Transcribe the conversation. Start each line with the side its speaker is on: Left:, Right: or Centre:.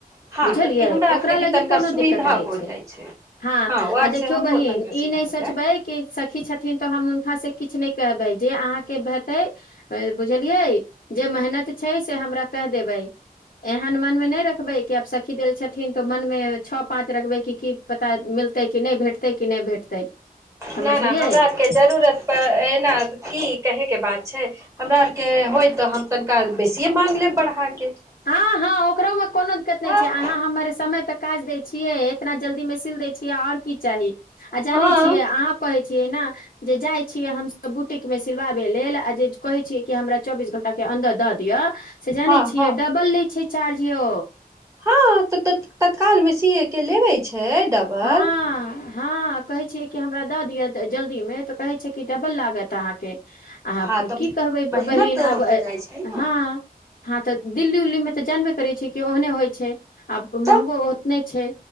Right: हँ
Left: बुझलिय
Right: तऽ ई हमरा आरके
Left: ओकरा
Right: भी
Left: लागी
Right: तनिका
Left: कोनो
Right: सुविधा
Left: दिक्कत नहि
Right: हो
Left: छै
Right: जाइ
Left: हँ
Right: ओ
Left: आ
Right: आर से
Left: देखियौ
Right: हमको
Left: बहिन
Right: तनिका सुधार
Left: ई नहि सोचबै
Right: हो जाय
Left: कि सखी छथिन तो हम हुनका से किछु नहि कहबै जे अहाँके हेतै बुझलियै जे मेहनत छै से हमरा कहि देबै एहन मन मे नहि रखबै आब सब सखी देल छथिन तऽ मन मे छओ पाँच रखबै की पता मिलतै कि नहि भेटतै कि नहि भेटतै समझलियै
Right: नहि नहि हमरा आरके जरूरत प एना की कहेके बात छै हमरा आरके होय तऽ हम तनिका बेसियए मागं लेब बढ़ाके
Left: हँ हँ ओकरोमे कोनो दिक्कत नहि
Right: तब
Left: छै अहाँ हमर समय परे काज दै छियै इतना जल्दी मे सील दै छियै ओर की चाही आ जानै
Right: हँ
Left: छियै अहाँ कहै छियै ने जे जाइ छीिये हमस बुटीक में सिलवाबे लेल आ जे कहे छीिय कि हमरा चौबीस घंटा के अंन्दर द दिअ से जानै
Right: हँ
Left: छीिय
Right: हँ
Left: छै चार्जो यो
Right: हँ तऽ तत्काल मे सीए के लेबे छै लयछै ओ डबल
Left: हँ हँ कहै छियै कि हमरा दऽ दिय जल्दी में तऽ कहे छै कि डबल लागत अहाँके आब
Right: हँ तऽ
Left: की कहबै
Right: मेहनत
Left: बहिन आब
Right: हो जाइ छै ने
Left: हँ हँ तऽ दिल्ली उल्ली में तऽ जानबे करै छी कि ओहने होइ छै आ महंगो
Right: तऽ
Left: ओतने छै